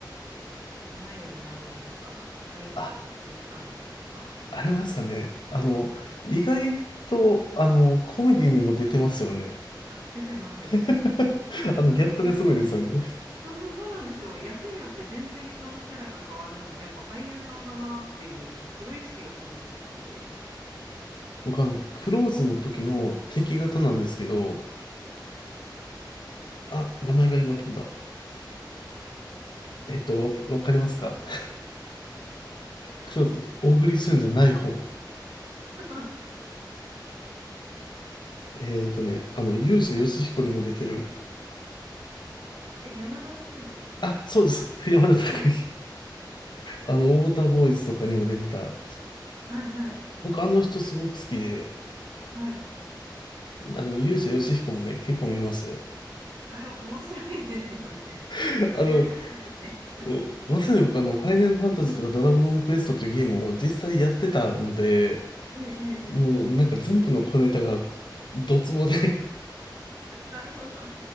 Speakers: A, on the right (about 65°); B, on the left (about 70°).
A: 花より団子とか、怪人13号とか、
B: あありましたね。あの、
A: はい、
B: 意外と、あの、コメディにも出てますよね。
A: あ、出てますね。
B: <laughs>
A: なんかその役
B: あの、ギャップがすごいですよね。
A: そうそうそうなんですよ。役によって全然人のキャラが変わるのが、やっぱ俳優さんだなっていう、そのプロ意識がすごく好きで。
B: 僕、
A: うん。
B: あの、クローズの時の敵方なんですけど、
A: そうなんです。
B: あ、名前が今飛んだ。えっと、わ、わかりますか <laughs>
A: えー誰だろ
B: クローズの大栗旬じゃない方。
A: う。
B: えっとね、あの、勇者ヨシヒコにも出てる。
A: <laughs> え、山田孝之とかですか
B: あ、そうです。<laughs> 山田孝之。
A: はい。<laughs>
B: あの、ウォーターボーイズとかにも出てた。
A: はいはい
B: 僕、あの人すごく好きで、
A: はい。
B: あの、勇者ヨシヒコもね、結構見ましたよ。
A: あれ、面白いですよね。
B: <laughs>
A: <laughs> シュールすぎて。
B: あの、おまさに僕あの、ファイナルファンタジーとかドラゴンクエストっていうゲームを実際やってたので、
A: ええ、
B: もうなんか全部の小ネタが
A: え
B: ドツボで
A: え <laughs>。なるほど。